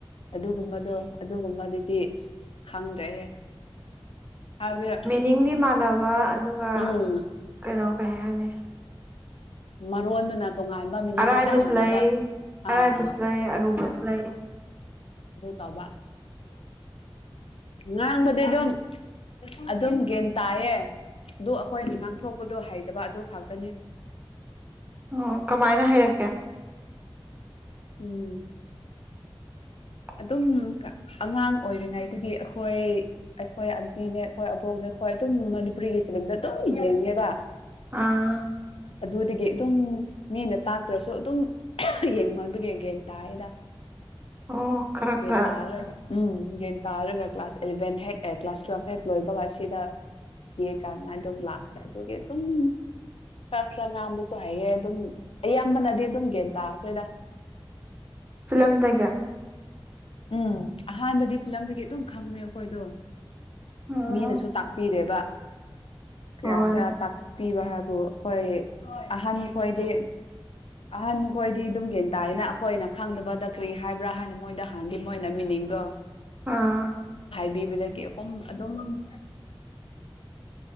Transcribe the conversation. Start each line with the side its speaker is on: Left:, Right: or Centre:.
Left: ꯑꯗꯨꯒꯨꯝꯕꯗꯣ ꯑꯗꯨꯒꯨꯝꯕꯗꯨꯗꯤ ꯈꯪꯗ꯭ꯔꯦꯍꯦ ꯍꯥꯏꯕꯗꯤ
Right: ꯃꯤꯅꯤꯡꯗꯤ ꯃꯥꯟꯅꯕ ꯑꯗꯨꯒ
Left: ꯎꯝ
Right: ꯀꯩꯅꯣ ꯀꯩ ꯍꯥꯏꯅꯤ
Left: ꯃꯔꯣꯟꯗꯨꯅ ꯇꯣꯉꯥꯟꯕ ꯃꯤꯅꯤꯡꯒ
Right: ꯑꯔꯥꯏꯕꯁꯨ
Left: ꯆꯞ ꯃꯥꯟꯅꯕ
Right: ꯂꯩ
Left: ꯑꯥ
Right: ꯑꯔꯥꯏꯕꯁꯨ
Left: ꯑꯥ
Right: ꯂꯩ ꯑꯔꯨꯕꯁꯨ ꯂꯩ
Left: ꯇꯕ ꯉꯥꯡꯕꯗꯤ ꯑꯗꯨꯝ ꯑꯗꯨꯝ ꯒꯟ ꯇꯥꯏꯌꯦ ꯑꯗꯨ ꯑꯩꯈꯣꯏꯅ ꯉꯥꯡꯊꯣꯛꯄꯗꯣ ꯍꯩꯇꯕ ꯑꯗꯨ ꯈꯇꯅꯤ
Right: ꯑꯣ ꯀꯃꯥꯏꯅ ꯍꯩꯔꯛꯀꯦ
Left: ꯎꯝ
Right: <unintelligible>
Left: ꯑꯗꯨꯝ ꯑꯉꯥꯡ ꯑꯣꯏꯔꯤꯉꯩꯗꯒꯤ ꯑꯩꯈꯣꯏ ꯑꯩꯈꯣꯏ ꯑꯟꯇꯤꯅꯦ ꯑꯩꯈꯣꯏ ꯑꯕꯣꯛꯅꯦ ꯍꯣꯏ ꯑꯗꯨꯝ ꯃꯅꯤꯄꯨꯔꯤꯒꯤ ꯐꯤꯂꯝꯗ ꯑꯗꯨꯝ ꯌꯦꯡꯉꯦꯕ
Right: ꯑꯥ
Left: ꯑꯗꯨꯗꯒꯤ ꯑꯗꯨꯝ ꯃꯤꯅ ꯇꯥꯛꯇ꯭ꯔꯁꯨ ꯑꯗꯨꯝ ꯌꯦꯡꯃꯟꯕꯒꯤꯒꯦꯅ ꯇꯥꯏꯗ
Right: ꯑꯣ ꯈꯔ
Left: ꯒꯤ
Right: ꯈꯔ
Left: ꯇꯔꯔꯕ ꯎꯝ ꯌꯦꯟ ꯇꯥꯔꯒ ꯀ꯭ꯂꯥꯁ ꯑꯦꯂꯚꯦꯟ ꯍꯦꯛ ꯀ꯭ꯂꯥꯁ ꯇꯨꯋꯦꯜꯐ ꯍꯦꯛ ꯂꯣꯏꯕꯒ ꯁꯤꯗ ꯌꯦ ꯀꯅꯥ ꯑꯗꯨꯝ ꯂꯥꯛ꯭ꯔꯦ ꯑꯗꯨꯒꯤ ꯑꯗꯨꯝ ꯈꯔ ꯈꯔ ꯉꯥꯡꯕꯁꯨ ꯍꯥꯏꯌꯦꯦ ꯑꯗꯨꯝ ꯑꯌꯥꯝꯕꯅꯗꯤ ꯑꯗꯨꯝ ꯒꯟ ꯇꯥꯔꯈ꯭ꯔꯣꯏꯗ
Right: ꯐꯤꯂꯝꯗꯒꯤ ꯀ
Left: ꯎꯝ ꯑꯍꯥꯟꯕꯗꯤ ꯐꯤꯂꯝꯗꯒꯤ ꯑꯗꯨꯝ ꯈꯪꯉꯦ ꯑꯩꯈꯣꯏꯗꯣ
Right: ꯎꯝ
Left: ꯃꯤꯅꯁꯨ ꯇꯥꯛꯄꯤꯗꯦꯕ ꯀꯌꯥꯁꯤꯔ
Right: ꯍꯣꯏ
Left: ꯇꯥꯛꯄꯤꯕ ꯍꯥꯏꯕ ꯑꯗꯨꯕꯨ ꯑꯩꯈꯣꯏ ꯑꯍꯟ ꯈꯣꯏꯗꯤ ꯑꯍꯟꯈꯣꯏꯗꯤ ꯑꯗꯨꯝ ꯒꯦꯟ ꯇꯥꯌꯦꯅ ꯑꯩꯈꯣꯏꯅ ꯈꯪꯗꯕꯗ ꯀꯔꯤ ꯍꯥꯏꯕ꯭ꯔꯥ ꯍꯥꯏꯅ ꯃꯣꯏꯗ ꯍꯥꯟꯗꯤ ꯃꯣꯏꯅ ꯃꯤꯅꯤꯡꯗꯣ
Right: ꯑꯥ
Left: ꯕꯤꯤꯕꯗꯒꯤꯨꯝ ꯑꯗꯨꯝ
Right: <unintelligible>